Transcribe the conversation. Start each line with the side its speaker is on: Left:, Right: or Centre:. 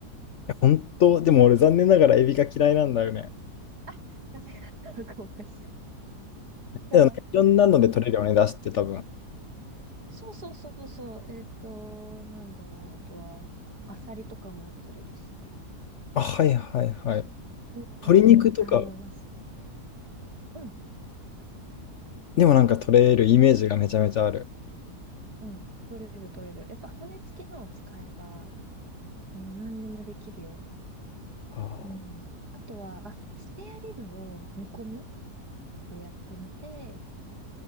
Left: 本当でも俺残念ながらエビが嫌いなんだよね。
Right: あ、ダメだった。ごめん。
Left: けどなんかいろんなので取れるよね、
Right: が、うん
Left: 出汁って多分。
Right: そうそうそうそう、えっと、なんだろう、あとは、アサリとかも取れるし。
Left: あ、はいはいはい。
Right: うんうんうん。
Left: 鶏肉とか
Right: あ、でもまあ、すうん、
Left: でもなんか取れるイメージがめちゃめちゃある。
Right: うん。取れる取れる。やっぱ骨付きのを使えば、あの、何でもできるよ。
Left: あー
Right: うん。あとは、あ、スペアリブを煮込みでやってみて、